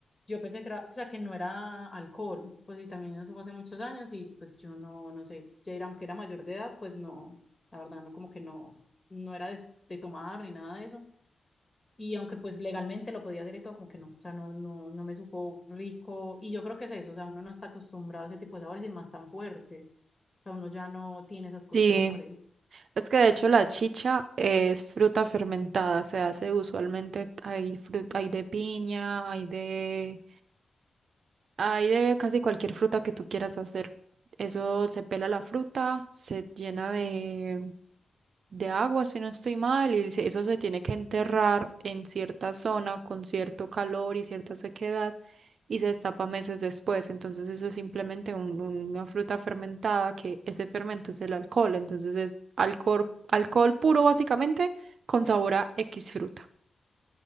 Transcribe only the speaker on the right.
Sí, es que de hecho la chicha es fruta fermentada, se hace usualmente, hay fruta, hay de piña, hay de... Hay de casi cualquier fruta que tú quieras hacer. Eso se pela la fruta, se llena de, de agua, si no estoy mal, y se- eso se tiene que enterrar en cierta zona con cierto calor y cierta sequedad y se destapa meses después. Entonces eso es simplemente un- una fruta fermentada que ese fermento es el alcohol. Entonces es alcohol, alcohol puro básicamente con sabor a X fruta.